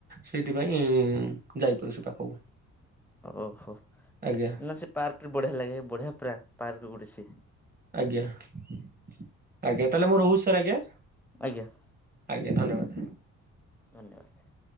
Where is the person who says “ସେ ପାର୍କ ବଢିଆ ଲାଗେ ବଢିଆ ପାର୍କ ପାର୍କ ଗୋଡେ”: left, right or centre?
Centre